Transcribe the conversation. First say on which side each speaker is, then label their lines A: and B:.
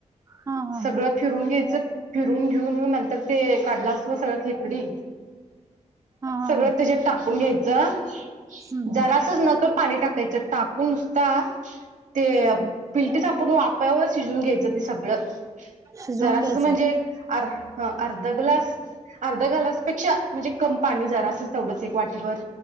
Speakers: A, on the right (about 25°); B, on the right (about 80°).
A: हा हा
B: सगळं
A: हा
B: फिरून घ्यायचं फिरून घेऊन येऊन नंतर ते काढला असतो सगळं खेकडी
A: हा हा हा हा
B: सगळं
A: हा
B: त्याच्यात टाकून घ्यायचं
A: हम्म
B: जरासच
A: हम्म
B: नकप पाणी टाकायचं टाकून नुसता ते
A: हम्म
B: पिलटीचा आपण वाप्यावर शिजवून घ्यायचं ते सगळं.
A: शिजवून
B: जरासच
A: घ्यायचं
B: म्हणजे अर अर्ध ग्लास अर्ध गलासपेक्षा म्हनजे कम पाणी जरासंच तेवढच एक वाटीभर